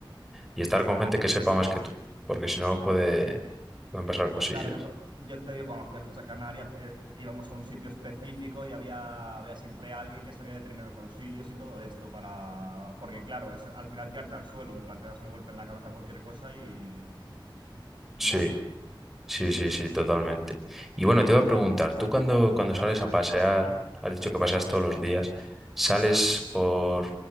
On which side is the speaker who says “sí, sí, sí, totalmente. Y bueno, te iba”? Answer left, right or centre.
Centre